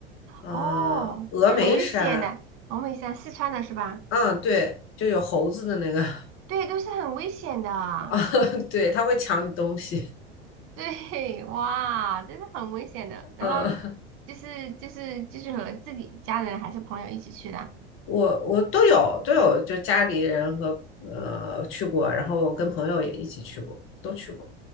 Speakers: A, on the left (about 40°); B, on the right (about 40°).
A: 呃，
B: 哦，
A: 峨眉山，
B: 那很危险的，我问一下，四川的是吧？
A: 嗯，对，就有猴子的那个，<laughs>
B: 对，都是很危险的。
A: 啊，对，它会抢你东西，
B: <laughs> 对，哇，真的很危险的。然后就是就是就是和自己家人还是朋友一起去的
A: 嗯。我我都有都有，就家里人和呃去过，然后我跟朋友也一起去过，都去过。